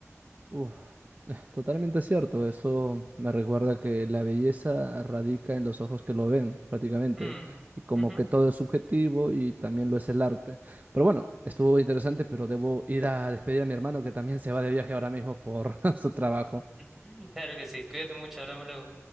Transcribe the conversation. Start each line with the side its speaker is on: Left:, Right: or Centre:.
Right: Uf, <laughs> totalmente cierto. Eso me recuerda que la belleza radica en los ojos que lo ven, prácticamente.
Centre: Mm,
Right: Y como
Centre: ujú.
Right: que todo es subjetivo y también lo es el arte. Pero bueno, estuvo interesante, pero debo ir a despedir a mi hermano que también se va de viaje ahora mismo por <laughs> su trabajo.
Centre: <laughs> Claro que sí. Cuídate mucho, hablamos luego.